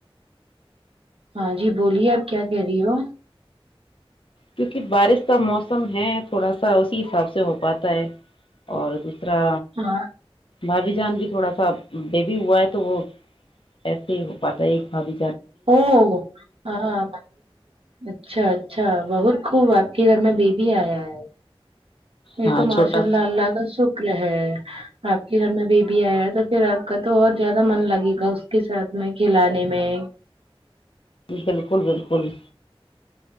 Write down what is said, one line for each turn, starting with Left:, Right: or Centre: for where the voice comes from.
Right: ہاں جی بولیے آپ کیا کہہ رہی ہو
Left: کیونکہ بارش کا موسم ہے تھوڑا سا اسی حساب سے ہو پاتا ہے اور ترا
Right: ہاں
Left: بھابی جان کے تھوڑا سا بےبی ہوا ہے تو وہ ایسے ہی ہو پاتا ہے ایک بھابی
Right: او ہاں اچھا اچھا بہت خوب آپ کے گھر میں بیبی آیا ہے یہ
Left: ہاں
Right: تو ماشاء
Left: چھوٹا
Right: اللہ اللہ کا شکر ہے آپ کے گھر میں بیبی آیا ہے تو پھر آپ کا تو اور زیادہ من لگے گا اس کے ساتھ میں کھلانے میں
Left: بالکل بالکل